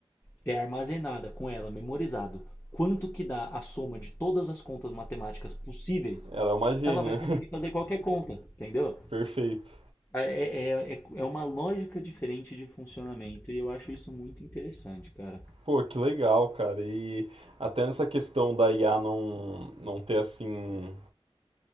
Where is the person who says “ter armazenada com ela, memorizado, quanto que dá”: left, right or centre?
Left